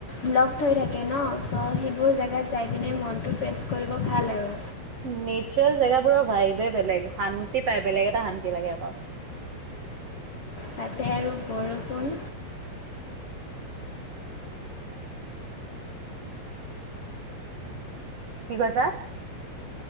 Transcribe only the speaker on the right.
নেচাৰেল জেগাবোৰৰ ভাইবে বেলেগ শান্তি পায় বেলেগ এটা শান্তি লাগে আক
কি কৈছা?